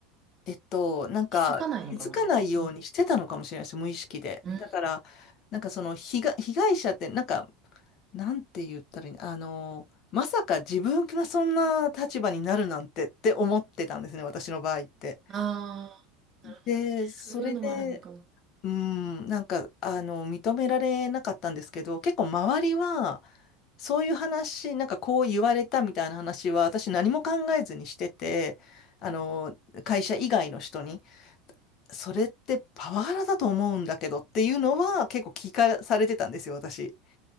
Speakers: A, on the left; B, on the right.
A: えっと、なんか気づかないようにしてたのかもしれないです、
B: 気づかないのかなうん。
A: 無意識で。
B: うん。あ
A: だから、なんかその被害、被害者って、なんか、なんて言ったらいいの、あの、まさか自分がそんな立場になるなんてって思ってたんですね、私の場合って。
B: あ、なるほどね。
A: で、それで、
B: そういうのもあるのかな。
A: うん、なんか、あの、認められなかったんですけど、結構周りは、そういう話、なんかこう言われたみたいな話は、私何も考えずにしてて、あの、会社以外の人に。それってパワハラだと思うんだけどっていうのは結構聞かされてたんですよ、私。